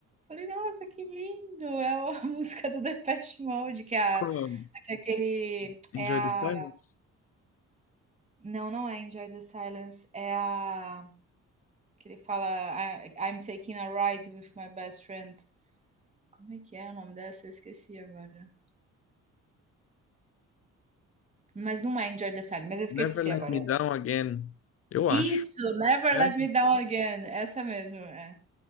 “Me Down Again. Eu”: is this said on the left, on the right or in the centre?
Left